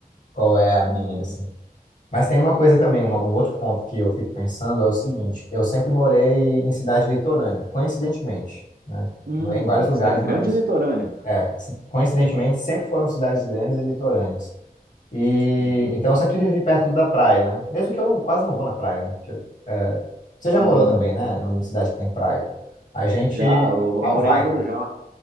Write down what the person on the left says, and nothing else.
qual é a minha,
assim. Mas tem uma coisa também, uma- um outro ponto que eu fico pensando é o seguinte: eu sempre morei em cidade litorânea, coincidentemente, né?
Morei em vários lugares,
mas,
é, coincidentemente, sempre foram cidades grandes e litorâneas. E
então eu sempre vivi perto da praia, né? Mesmo que eu não, quase não vou na praia, né? Porque, é, você já
morou também, né? Em cidade que tem praia. A gente
mal
vai.
né?